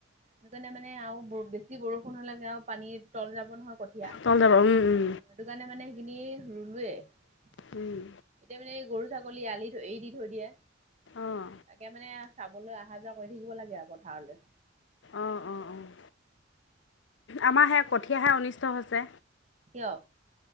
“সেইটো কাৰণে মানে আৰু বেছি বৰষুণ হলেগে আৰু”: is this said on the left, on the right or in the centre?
Right